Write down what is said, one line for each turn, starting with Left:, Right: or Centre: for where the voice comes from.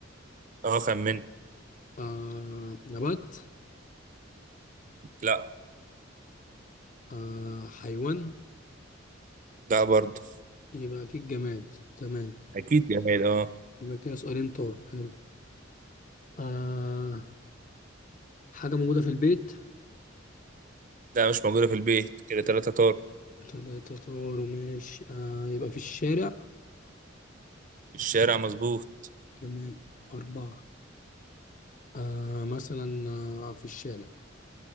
Right: اه خمن
Left: آه نبات
Right: لا
Left: آه حيوان
Right: لا برضه
Left: يبقى اكيد جماد تمام
Right: اكيد جماد اه
Left: يبقى كده سؤالين طاروا حلو آه حاجه موجوده في البيت
Right: لا مش موجوده في البيت كده ثلاثه طار
Left: ثلاثه طاروا ماشي آه يبقى في الشارع
Right: في الشارع مظبوط
Left: تمام اربعه آه مثلا آه في الشارع